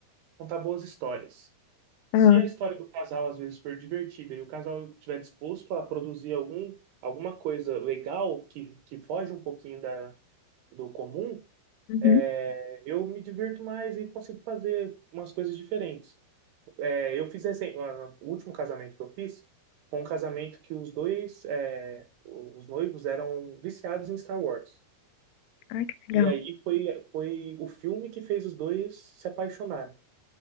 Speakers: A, on the right (about 65°); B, on the left (about 80°).
A: Contar boas histórias. Se
B: Ah,
A: a história do casal, às vezes, for divertida e o casal estiver disposto a produzir algum, alguma coisa legal que, que foge um pouquinho da, do comum,
B: uhum.
A: eh, eu me divirto mais e consigo fazer umas coisas diferentes. É, eu fiz recen- ah, o último casamento que eu fiz foi um casamento que os dois, é, os noivos eram viciados em Star Wars.
B: Ai, que legal.
A: E aí foi, foi o filme que fez os dois se apaixonarem.